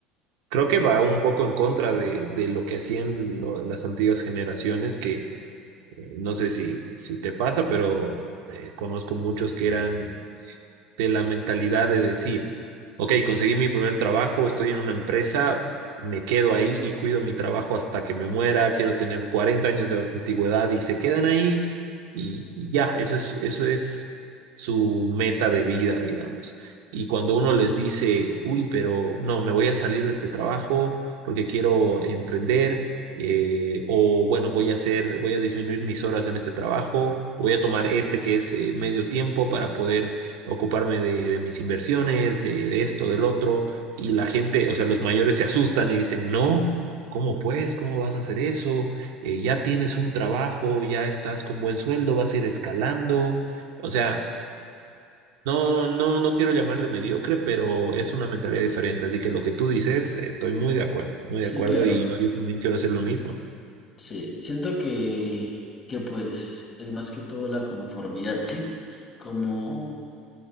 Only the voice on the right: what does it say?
Creo que va un poco en contra de, de lo que hacían lo- las antiguas generaciones, que eh, no sé si, si te pasa, pero eh, conozco muchos que eran de la mentalidad de decir, ok, conseguí mi primer trabajo, estoy en una empresa, me quedo ahí y cuido mi trabajo hasta que me muera, quiero tener 40 años de antigüedad y se quedan ahí y y ya, eso es, eso es su meta de vida, digamos. Y cuando uno les dice, uy, pero no, me voy a salir de este trabajo porque quiero emprender, eh, o bueno, voy a hacer, voy a disminuir mis horas en este trabajo, voy a tomar este que es eh, medio tiempo para poder ocuparme de, de mis inversiones, de, de esto, del otro, y la gente, o sea, los mayores se asustan y dicen, no, ¿cómo pues? ¿Cómo vas a hacer eso? Eh, ya tienes un trabajo, ya estás con buen sueldo, vas a ir escalando, o sea... No, no, no quiero llamarle mediocre, pero es una mentalidad diferente. Así que lo que tú dices, estoy muy de acuerdo, muy
de acuerdo
y yo, yo también quiero hacer lo mismo.